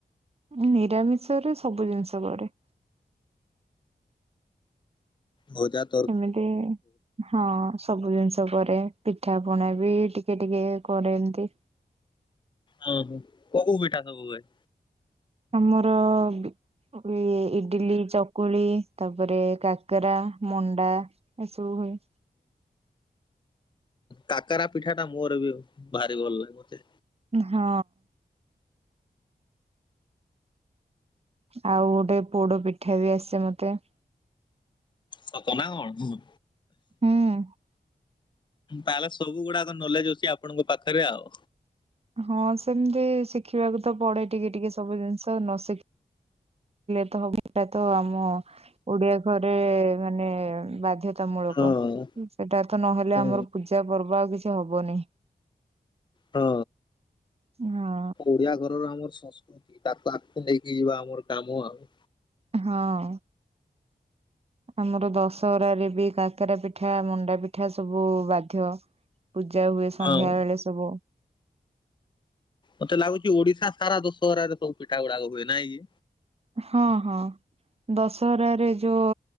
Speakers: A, on the right; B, on the left.
A: ମୁଁ ନିରାମିଷ ରେ ସବୁ ଜିନିଷ କରେ।
B: ଭାଜଟ। <unintelligible>
A: ଏମିତି ହଁ ସବୁ ଜିନିଷ କରେ ପିଠା ପଣା ବି ଟିକେ ଟିକେ କରେ ଏମତି।
B: ଓ ହୋ କୋଉ କୋଉ ପିଠା ସବୁ ହୁଏ?
A: ଆମର ଇଏ ଇଡିଲ ଚକ୍ କୁଳି ତାପରେ କାକରା ମଣ୍ଡା ଏସବୁ ହୁଏ।
B: କାକରା ପିଠା ଟା ମୋର ବି ଭାରି ଭଲ ଲାଗେଚେ।
A: ହଁ। ଆଉ ଗୋଟେ ପୋଡ ପିଠା ବି ଆସେ ମତେ।
B: ସତ ନା କଣ? ହୁଁ
A: ହୁଁ।
B: ତାହେଲେ ସବୁ ଗୁଡ଼ାକ ନଲେଜ ଅଛି ଆପଣଙ୍କ ପାଖରେ ଆଉ।
A: ହଁ ସେମିତି ଶିଖିବାକୁ ତ ପଡ଼େ ଟିକେ ଟିକେ ସବୁ ଜିନିଷ ନ ଶିଖ ତ ହବ ଏଇଟା ତ ଆମ ଓଡି଼ଆ ଘରେ ମାନେ ବାଧ୍ୟ ତା ମୂଳକ।
B: ହଁ
A: ସେଟା ତ ନହେଲେ
B: ହୁଁ
A: ଆମର ପୂଜା ପର୍ବ ଆଉ କିଛି ହବନି।
B: ହଁ
A: ହଁ
B: ଓଡି଼ଆ ଘରର ଆମର ସଂସ୍କୃତି ତାକୁ ଆକୁ ନେଇକି ଯିବା ଆମର କାମ ଆଉ।
A: ହଁ। ଆମର ଦଶହରା ରେ ବି କାକରା ପିଠା, ମଣ୍ଡା ପିଠା ସବୁ ବାଧ୍ୟ। ପୂଜା ହୁଏ ସନ୍ଧ୍ୟା
B: ହଁ
A: ବେଳେ ସବୁ।
B: ମତେ ଲାଗୁଛି ଓଡି଼ଶା ସାରା ଦଶହରାରେ ସବୁ ପିଠା ଗୁଡାକ ହୁଏ ନାହିଁ କି?
A: ହଁ ହଁ ଦଶହରାରେ ଯୋଉ